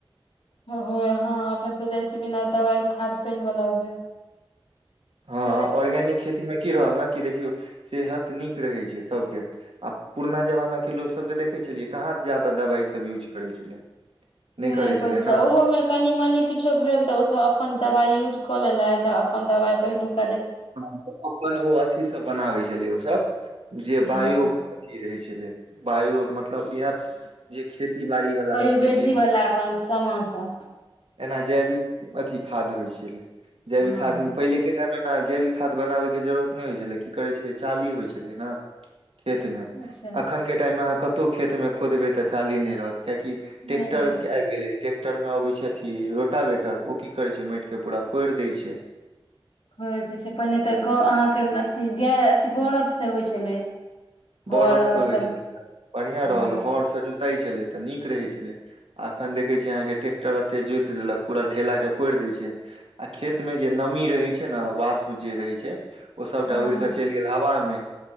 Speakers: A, on the left; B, on the right.
A: होय हँ अपना सब जाइ बिना दवाइ खाद पानि वाला हुए।
B: हँ
A: केना
B: ऑर्गेनिक खेती मे की रहल ने कि देखियौ सेहत नीक रहैत छै सभके आ पुरना जमानाके लोकसभके देखै छलियै कहाँ जा्यादा दबाइसभ यूज करै छलै।
A: नहि
B: करै छलै
A: करैत
B: ने
A: छै ओहोमे कनि मनी किछो भेल तऽ ओसभ अपन दबाइ यूज ल लै अपन दबाइ पहि ल
B: ह अपन ओ अथीसँ बनाबै छै बझलियौ सब। जे बायो
A: हँ
B: पी रहै छै। बायु मतलब इएह जे खेती बाड़ी वाला
A: अइ
B: सबके
A: भेज
B: चीज
A: दी बला अपन समोसा।
B: एना जैविक अथ खादाद्य होइ छै। जैविक
A: हँ
B: खाद पहिलेके टाइममे ने जे भी खाद बनाबैके जरूरत नहि होइ छलै की करै छलै चाली होइ छलै ने खेत मे
A: अच्छा
B: अखन के टाइम मे अह क को खेत मे खोदबे तऽ चाली नहि रहत। कियेकि ट्रैेक्टरो
A: नहि भेलै
B: के आबि गेलै ट्रेक्टर मे अबै छै अथी रोटावेटर ओ की करै छै माटि के पूरा फोड़ि दय छै।
A: <unintelligible> पहिने तऽ गौ अहाँके अथी गाय अथी बरद से होइ छलै। हर
B: बरदस
A: हर
B: होई
A: सब
B: छलै बढ़ियां
A: हँ
B: रहल हरस जोताइ छलै। तऽ नीक रहैत छलै आ एखन देखैत छियै अहाँके ट्रैेक्टर एतय जोति देलक पूरा ढेलाकेँ पोड़ि दैत छै आ खेतमे जे नमी रहैत छै ने वास्तु जे रहैत छै। ओ सबटा
A: हँ
B: उड़ के चलि गेल हवा मे।